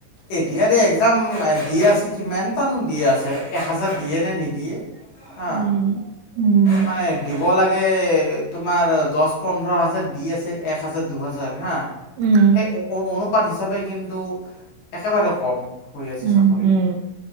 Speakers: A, on the left; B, on the right.
A: এ ডি আৰি ‌এক্সাম আ, দিয়ে আছে কিমান টানো দিয়ে আছে, এক হাজাৰ দিয়েনে নিদিয়ে? হা,
B: উম, উম,
A: মানে দিব লাগে তোমাৰ দচ পোন্ধৰ হাজাৰ দি আছে একহাজাৰ, দুহাজাৰ হা,
B: উম,
A: সেই ও-ওন পাত হিচাপে কিন্তু একেবাৰে কম হৈ আছে
B: উম,
A: চাকৰি।
B: উম,